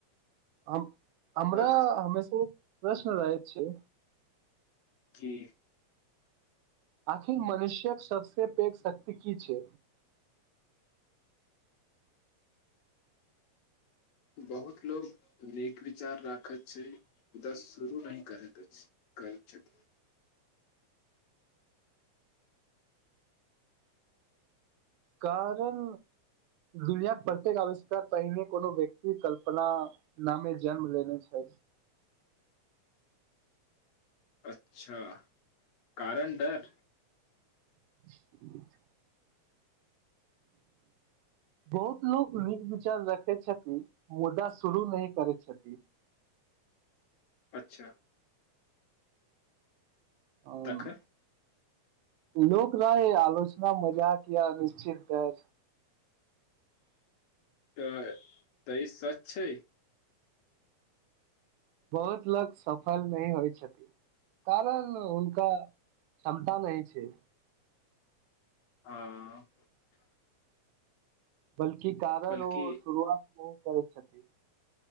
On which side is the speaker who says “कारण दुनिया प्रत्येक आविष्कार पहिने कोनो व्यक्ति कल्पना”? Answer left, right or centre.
Right